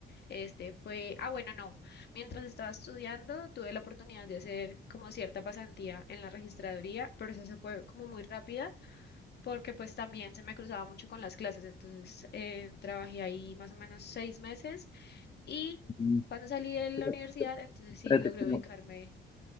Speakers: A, on the left; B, on the left.
A: Este fue, ah bueno, no, mientras estaba estudiando tuve la oportunidad de hacer como cierta pasantía en la registraduría, pero eso se fue como muy rápida porque pues también se me cruzaba mucho con las clases, entonces eh, trabajé ahí más o menos seis meses y...
B: <laughs>
A: Cuando salí de la
B: Claro.
A: universidad,
B: Pero
A: entonces sí logré
B: espérate, pero-
A: ubicarme